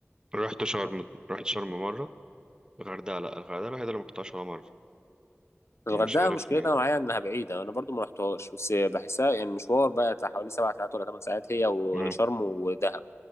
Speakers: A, on the right; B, on the left.
A: رحت شرم رحت شرم مره الغردقه لا الغردقه الوحيده اللي ما رحتهاش ولا مره
B: الغردقة
A: مش عارف
B: مشكلتها
A: ليه
B: معايا إنها بعيدة أنا برضو ما رحتهاش بس بحسها يعني مشوار بقى بتاع حوالي سبع ساعات ولا ثمان ساعات هي وشرم
A: مم.
B: ودهب